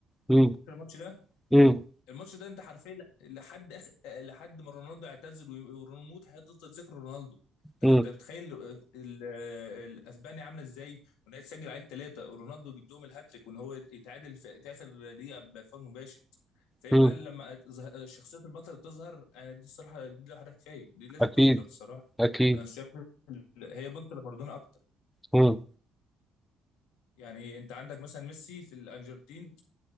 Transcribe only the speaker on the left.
فاكر الماتش ده
الماتش ده انت حرفيا لحد اخ... لحد ما رونالدو اعتزل وريموت هتفضل ذكر رونالدو طيب
انت بتخيل ال- ال- آه، الاسبانيا عامله ازاي وان هي تسجل عليك ثلاثه ورونالدو يجيب لهم الهاتريك وان هو يتعادل في, في اخر دقيقه بفاول مباشر فهي
بقى لما اتظه- شخصيه البطل بتظهر انا دي الصراحه دي لوحدها كفايه دي لازم
تذكر الصراحه
فانا شايف ال- هي بنت لمارادونا اكتر
يعني انت عندك مثلا ميسي في الارجنتين